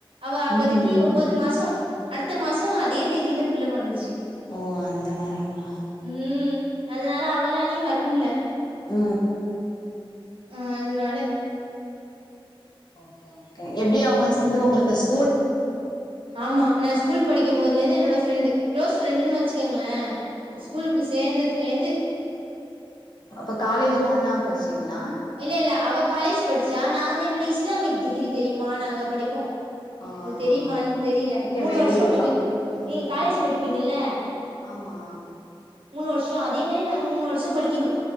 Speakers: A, on the right (about 70°); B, on the left (about 50°).
A: அவ அப்பதிக்கி
B: ம் ம்
A: ஒம்போது மாசோ அடுத்த மாசோ அதே தேதில புள்ள பொறந்துச்சி
B: ஓ அந்த மாரிங்ளா
A: உம் அதனால அவளாலையு வரமுல்ல
B: ஊ
A: அ அதனாலே
B: ஓகே ஓகே எப்டி அவங்கல் சிந்து உங்ளுக்குஸ்
A: ஆமா நா ஸ்கூல் படிக்கும்போத்ல இந்நு என்னோட ஃப்ரெண்டு் க்ளோஸ் ஃப்ரெண்டுன்னு வச்சுக்கங்ளே
B: ஓகே
A: ஸ்கூல்க்கு
B: ஓகே
A: சேந்தத்துலேந்து
B: அப்ப காலேஜு ஒன்னா படிச்சீங்ளா
A: இல்ல இல்ல அவ காலேஜ் படிச்சா நா வந்து என்னனா இஸ்லாமிக் டிகிரி தெரியும நாங்க படிப்போ
B: ஆ
A: உங்க தெரியுமான்
B: ஓகே
A: தெரில
B: ஓகே
A: மூணு
B: மேபி
A: வருஷோ
B: இருக்கலாம்
A: நீங்க
B: ம்
A: நீங்க காலேஜ்
B: ம்
A: படிப்பீங்கில்ல
B: ஆமா
A: மூணு வருஷோ அதே மாரி நாங்க மூணு வருஷோ படிக்கணு